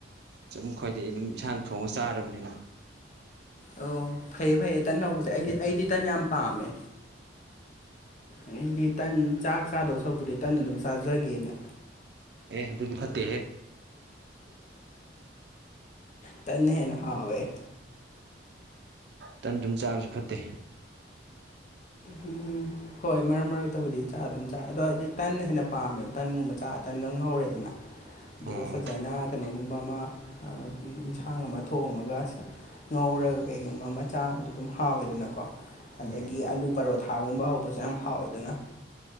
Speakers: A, on the right; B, on the left.
A: ꯆꯨꯝ ꯈꯣꯏꯗꯤꯩ ꯑꯗꯨꯝ ꯏꯁꯥꯅ ꯊꯣꯡꯉ ꯆꯥꯔꯕꯅꯤꯅ
B: ꯑꯣ ꯐꯩꯌꯦ ꯐꯩꯌꯦ ꯇꯟ ꯍꯧꯕꯁꯦ ꯑꯩꯗꯤ ꯑꯩꯗꯤ ꯇꯟ ꯌꯥꯝ ꯄꯥꯝꯃꯦ ꯑꯩꯗꯤ ꯇꯟ ꯆꯥꯛ ꯆꯥꯗꯧ ꯁꯛꯄꯨꯗꯤ ꯇꯟ ꯑꯗꯨꯝ ꯆꯥꯖꯒꯦꯅ
A: ꯑꯦ ꯑꯗꯨꯗꯤ ꯐꯠꯇꯦꯍꯦ
B: ꯇ ꯍꯦꯅ ꯍꯋꯦ
A: ꯇꯟ ꯑꯗꯨꯝ ꯆꯥꯕꯁꯨ ꯐꯠꯇꯦ
B: ꯎꯝ ꯎ ꯍꯣꯏ ꯃꯔꯛ ꯃꯔꯛꯇꯕꯨꯗꯤ ꯆꯥ ꯑꯗꯨꯝ ꯆꯥꯏ ꯑꯗꯣ ꯍꯥꯏꯗꯤ ꯇꯟꯅ ꯍꯦꯟꯅ ꯄꯥꯝꯃꯦꯕ ꯇꯟꯒꯨꯝꯕ ꯆꯥ ꯇꯟꯒ ꯍꯧꯔꯦꯗꯅ ꯑꯗꯨꯒ
A: ꯎꯝ
B: ꯐꯖꯅ ꯀꯩꯅꯣꯒꯨꯝꯕ ꯑꯃ ꯑꯦꯟꯁꯥꯡ ꯑꯃ ꯊꯣꯡꯉꯒ ꯉꯧꯔꯒ ꯀꯩꯒꯨꯝꯕ ꯑꯃ ꯆꯥꯕꯗꯣ ꯑꯗꯨꯝ ꯍꯥꯎꯋꯦꯗꯅꯀꯣ ꯑꯗꯒꯤ
A: ꯎꯝ
B: ꯑꯂꯨ ꯄꯔꯣꯊꯥꯒꯨꯝꯕ ꯍꯧꯕꯁꯨ ꯌꯥꯝ ꯍꯥꯎꯋꯦꯗꯅ